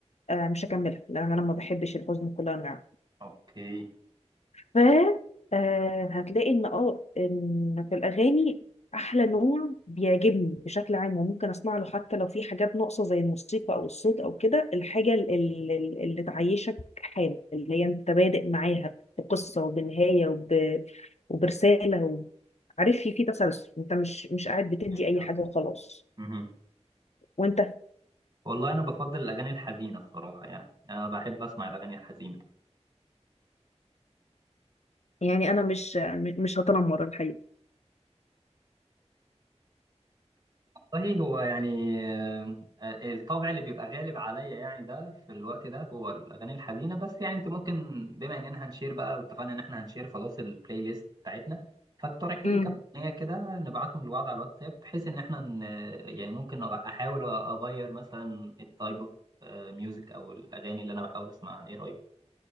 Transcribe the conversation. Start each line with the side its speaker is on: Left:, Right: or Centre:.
Left: آه مش هكملها لان انا ما بحبش الحزن بكل انواعه
Right: أوكي
Left: ف آه، هتلاقي ان اه ان في الاغاني احلى نوع بيعجبني بشكل عام وممكن اسمع له حتى لو في حاجات ناقصه زي الموسيقى او الصوت او كده الحاجه ال- ال- ال- اللي تعيشك حاله اللي هي انت بادئ معاها بقصه وبنهايه وب... وبرساله وب... عارف في في تسلسل انت مش مش قاعد بتدي
Right: أوكي
Left: اي
Right: آه.
Left: حاجه وخلاص
Right: مهم.
Left: وانت
Right: والله انا بفضل الاغاني الحزينه الصراحه يعني يعني انا بحب اسمع الاغاني الحزينه
Left: يعني انا مش مش هتنمر الحقيقه
Right: صحيح هو يعني آه، آه، الطبع اللي بيبقى غالب عليا يعني ده في الوقت ده هو الاغاني الحزينه بس يعني انت ممكن بما اننا هنشير بقى واتفقنا ان احنا هنشير خلاص البلاي ليست بتاعتنا فاقترحي
Left: امم
Right: لي كام اغنيه كده نبعتهم لبعض على الواتساب بحيث ان احنا ن- يعني ممكن أغ- احاول اغير مثلا التايب اوف ميوزك او الاغاني اللي انا بحاول اسمعها ايه رايك